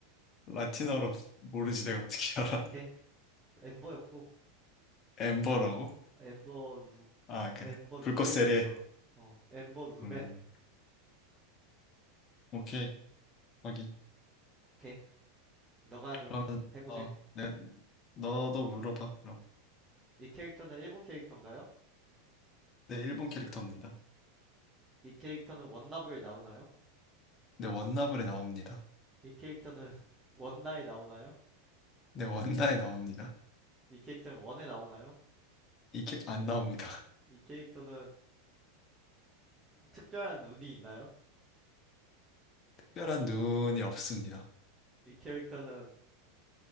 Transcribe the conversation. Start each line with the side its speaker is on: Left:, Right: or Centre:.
Left: 라틴어로 모르지 내가 어떻게 알아?
Right: 오케이.
Left: <laughs>
Right: 엠버였고,
Left: 엠버라고?
Right: 엠버 루,
Left: 아 그래.
Right: 엠버 루맨이네요.
Left: 불꽃세례.
Right: 어, 엠버 루맨.
Left: 음 오케이 확인.
Right: 오케이. 너가 그럼
Left: 그러면
Right: 해보셈.
Left: 어 네, 너도 물어봐 그럼.
Right: 이 캐릭터는 일본 캐릭터인가요?
Left: 네 일본 캐릭터입니다.
Right: 이 캐릭터는 원나블에 나오나요?
Left: 네 원나블에 나옵니다.
Right: 이 캐릭터는 <laughs> 원나에 나오나요?
Left: 네 원나에 나옵니다.
Right: 이 캐릭터는 원에 나오나요?
Left: 이게 안 나옵니다. <laughs>
Right: 이 캐릭터는 특별한 눈이 있나요?
Left: 특별한 눈이 없습니다.
Right: 이 캐릭터는